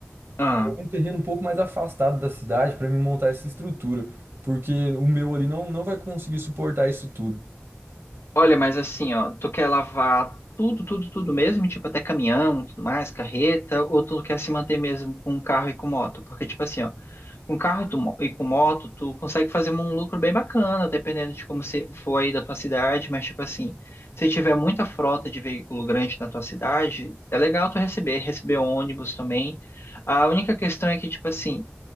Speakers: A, on the left (about 80°); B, on the right (about 75°).
A: Ah.
B: algum terreno um pouco mais afastado da cidade para me montar essa estrutura, porque o meu ali não, não vai conseguir suportar isso tudo.
A: Olha, mas assim, ó, tu quer lavar tudo, tudo, tudo mesmo, tipo até caminhão, tudo mais, carreta, ou tu quer se manter mesmo com um carro e com moto? Porque, tipo assim, ó, com carro e, tu mo- e com moto, tu consegue fazer um lucro bem bacana, dependendo de como você for aí da tua cidade, mas, tipo assim, se tiver muita frota de veículo grande na tua cidade, é legal tu receber, receber ônibus também. A única questão é que, tipo assim,